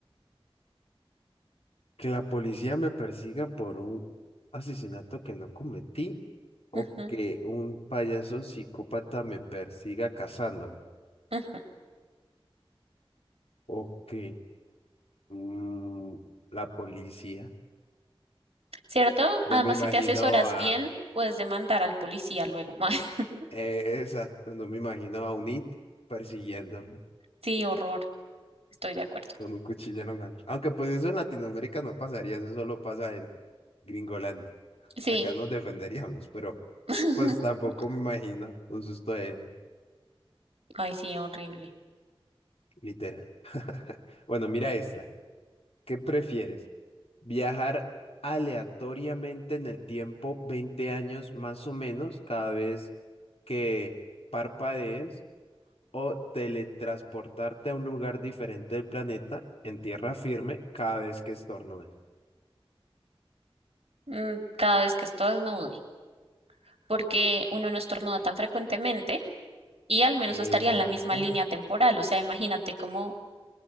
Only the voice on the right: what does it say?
Ujú,
ujú.
¿Cierto?
Además,
si te asesoras
bien, puedes demandar al policía luego. <laughs>
Sí, horror. Estoy de acuerdo.
Sí.
<laughs>
Ay, sí, horrible.
Mm, Cada vez que estornude, porque uno no estornuda tan frecuentemente y al menos
no estaría en la misma línea temporal. O sea, imagínate cómo